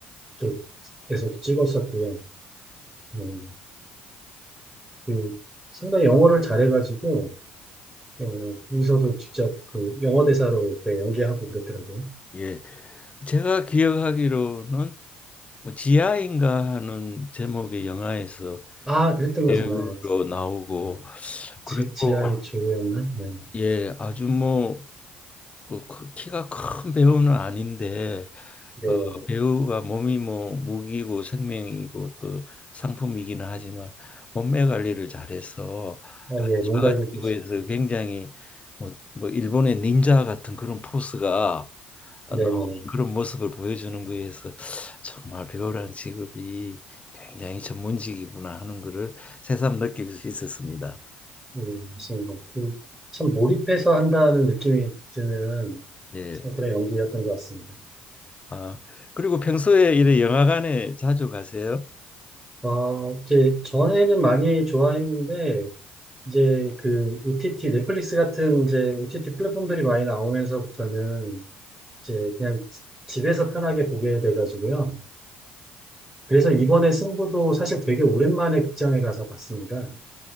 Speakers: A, on the right; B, on the left.
A: 쪽에서도 찍었었고요. 음, 그 상당히 영어를 잘해가지고 어, 거기서도 직접 그 영어 대사로 이렇게 연기하고 그랬더라고요.
B: 예. 제가 기억하기로는 뭐 지하인가 하는 제목의 영화에서
A: 아, 그랬던 것
B: 배우로
A: 같습니다. 예,
B: 나오고
A: 지,
B: 그리고
A: 지하의 조였나? 네,
B: 예 아주 뭐 그 크- 키가 큰 배우는 아닌데
A: 네,
B: 어, 배우가 몸이 뭐 무기고 생명이고 또 상품이기는 하지만 몸매 관리를 잘해서
A: 아,
B: 아주
A: 예, 뭔가
B: 작은
A: 이게 또
B: 피부에서 굉장히 뭐, 뭐 일본의 닌자 같은 그런 포스가 나오는
A: 네네,
B: 그런 모습을 보여주는 거에서 정말 배우라는 직업이 굉장히 전문직이구나 하는 거를 새삼 느낄 수 있었습니다.
A: 네, 맞습니다. 그, 참 몰입해서 한다는 느낌이 드는
B: 네.
A: 참 그런 연기였던 것 같습니다.
B: 아, 그리고 평소에 이래 영화관에 자주 가세요?
A: 아, 이제 전에는 많이 좋아했는데 이제 그 OTT 넷플릭스 같은 이제 OTT 플랫폼들이 많이 나오면서부터는 이제 그냥 지- 집에서 편하게 보게 돼가지고요. 그래서 이번에 승부도 사실 되게 오랜만에 극장에 가서 봤습니다.